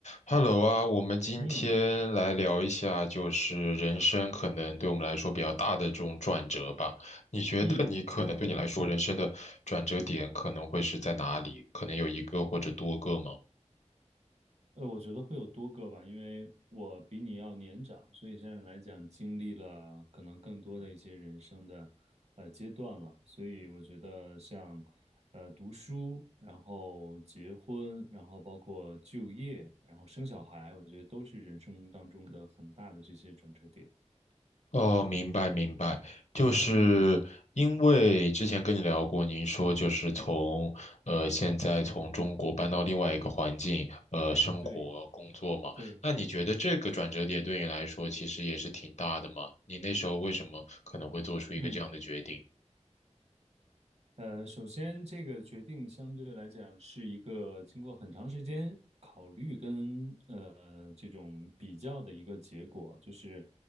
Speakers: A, on the left (about 70°); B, on the right (about 60°).
A: Hello 啊，我们今天来聊一下，
B: 嗯
A: 就是人生可能对我们来说比较大的这种转折吧。你觉得你可能对你来说人生的转折点可能会是在哪里？
B: 嗯，好呀。
A: 可能有一个或者多个吗？
B: 呃，我觉得会有多个吧，因为我比你要年长，所以现在来讲经历了可能更多的一些人生的呃阶段了。所以我觉得像呃读书，然后结婚，然后包括就业，然后生小孩，我觉得都是人生当中的很大的这些转折点。
A: 哦，明白明白，就是因为之前跟你聊过，
B: 嗯，
A: 您说就是从呃现在从中国搬到另外一个环境，呃生活工作嘛，
B: 对对，
A: 那你觉得这个转折点对你来说其实也是挺大的嘛？你那时候为什么可能会做出一个这样的决定？
B: 嗯。呃，首先这个决定相对来讲是一个经过很长时间考虑跟呃这种比较的一个结果，就是